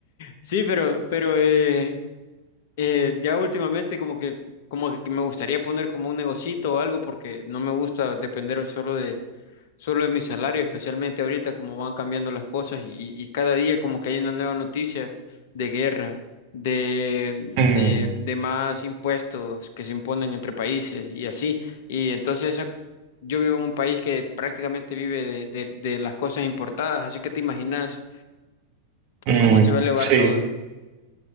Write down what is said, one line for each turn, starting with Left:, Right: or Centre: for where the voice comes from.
Left: sí, pero, pero eh, eh, ya últimamente como que, como que me gustaría poner como un negocito o algo porque no me gusta depender solo de, solo de mi salario, especialmente ahorita como van cambiando las cosas y, y- y cada día como que hay una nueva noticia de guerra, de, de,
Right: Mm,
Left: de más impuestos que se imponen entre países y así. Y entonces esa- yo vivo en un país que prácticamente vive de, de- de las cosas importadas, así que te imaginas
Right: mm,
Left: cómo se va a elevar
Right: sí.
Left: todo. el-